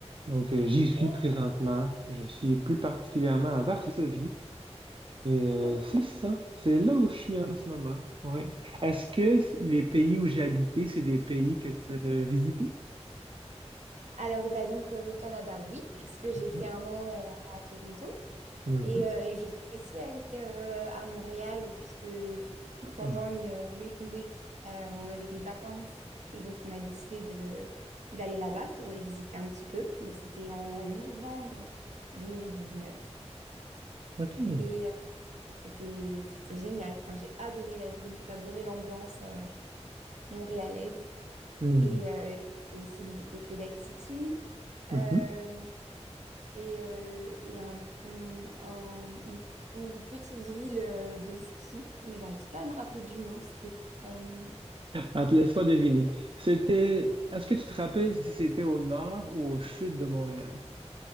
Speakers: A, on the right; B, on the right.
A: Donc, euh, j'y suis
B: Oh,
A: présentement. Je suis plus particulièrement à Varsovie. Et euh,
B: ok.
A: c'est ça, c'est là où je suis en ce moment. Ouais. Est-ce que les pays où j'ai habité, c'est des pays que tu as visités?
B: Alors, bah donc euh, le Canada, oui, puisque j'ai
A: Mhm.
B: fait un an euh, à Toronto.
A: Mhm.
B: Et, euh, et je suis aussi allée euh, à Montréal puisque pendant
A: Ah,
B: une euh, Reading Week, euh, on avait des vacances et donc on a décidé de- d'aller là-bas pour y visiter un petit peu. Donc c'était en novembre 2019
A: OK.
B: et, euh, et c'était c'était génial. Enfin, j'ai adoré la ville, j'adorais l'ambiance euh, montréalaise
A: Mhm.
B: et euh, j'ai aussi visité Québec City. Euh,
A: Mhm.
B: et, euh, et un, une un- une- une petite ville euh, de ski, mais j'arrive pas à me rappeler du nom. C'était, euh,
A: Ah, te laisse pas deviner. C'était. Est-ce que tu te rappelles si c'était au nord ou au sud de Montréal?